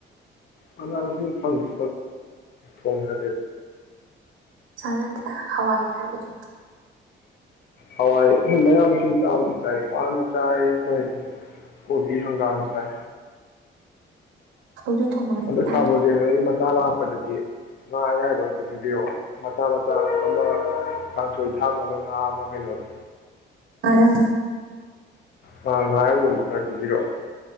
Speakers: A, on the left; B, on the right.
A: ꯑ ꯐꯪ ꯐꯉꯦ ꯊꯣꯡꯉ
B: ꯆꯥꯅꯗꯦ ꯍꯋꯥꯏꯗꯣ
A: ꯍꯋꯥꯏ ꯃꯌꯥꯝ ꯃꯁꯤꯡ ꯆꯥꯕꯗꯤ ꯆꯥꯏ ꯄꯥꯟ ꯆꯥꯏ ꯑꯩꯈꯣꯏ ꯀꯣꯕꯤ ꯍꯪꯒꯥꯝ ꯆꯥꯏ
B: ꯁꯧꯒ꯭ꯔꯤ ꯊꯣꯡꯕꯒꯗꯤ
A: ꯍꯟꯗꯛ
B: ꯆꯥꯗ꯭ꯔꯦ
A: ꯁꯔ ꯕ꯭ꯔꯣꯖꯦꯟ ꯍꯣꯏꯒꯤ ꯃꯆꯥ ꯂꯥꯛꯄ ꯄꯗꯗꯤ ꯉꯥ ꯑꯌꯥꯕ ꯑꯃꯝꯇ ꯄꯤꯕꯤꯔꯛꯑꯣ ꯃꯆꯥ ꯃꯆꯥ ꯑꯃ ꯀꯥꯡꯁꯣꯏ ꯊꯥꯡꯅꯕ ꯉꯥ ꯑꯃ ꯀꯩꯅꯣꯗꯣ
B: ꯉꯔꯥꯡꯗꯣ
A: ꯑ ꯉꯔꯥꯡꯒꯨꯝꯕ ꯈꯔ ꯄꯤꯕꯤꯔꯛꯑꯣ